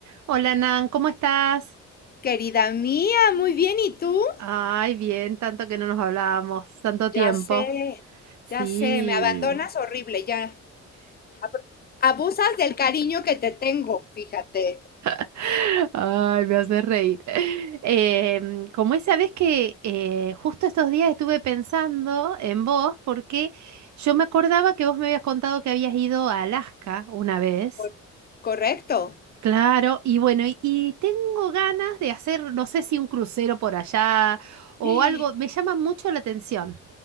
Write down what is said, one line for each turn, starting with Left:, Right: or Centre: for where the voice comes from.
Right: Hola Nan, ¿cómo estás?
Left: Querida mía, muy bien, ¿y tú?
Right: Ay, bien, tanto que no nos hablábamos, tanto tiempo.
Left: Ya sé,
Right: Sí.
Left: ya sé, me abandonas horrible, ya. Ab- Abusas del cariño que te tengo, fíjate.
Right: <laughs> Ay, me hace reír. <laughs> Em, como esa vez que eh, justo estos días estuve pensando en vos, porque yo me acordaba que vos me habías contado que habías ido a Alaska una vez.
Left: Cor- Correcto.
Right: Claro, y bueno, y, y tengo ganas de hacer, no sé si un crucero por allá o
Left: Ve,
Right: algo, me llama mucho la atención.